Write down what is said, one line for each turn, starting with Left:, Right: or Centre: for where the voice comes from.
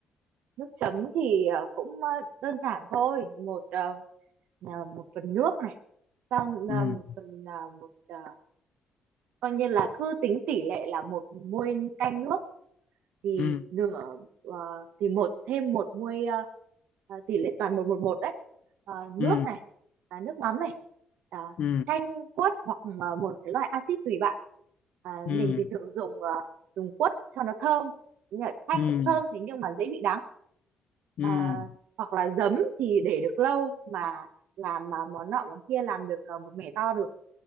Right: nước chấm thì à, cũng à, đơn giản thôi một à, à, một phần nước này xong
Left: ừ,
Right: à, một phần à, một à, coi như là cứ tính tỷ lệ là một muôi canh nước thì
Left: ừ,
Right: nửa ờ, thì một thêm một muôi ờ, ờ, tỷ lệ toàn một một một đấy Ờ, nước
Left: ừ,
Right: này à, nước mắm này à,
Left: ừ,
Right: chanh quất hoặc là một cái loại axit tùy bạn à,
Left: ừ,
Right: mình thì thường dùng ờ, dùng quất cho nó thơm nhưng mà chanh
Left: ừ,
Right: cũng thơm thế nhưng mà dễ bị đắng
Left: ừ,
Right: à, hoặc là giấm thì để được lâu mà làm mà món nọ món kia làm được ờ, một mẻ to được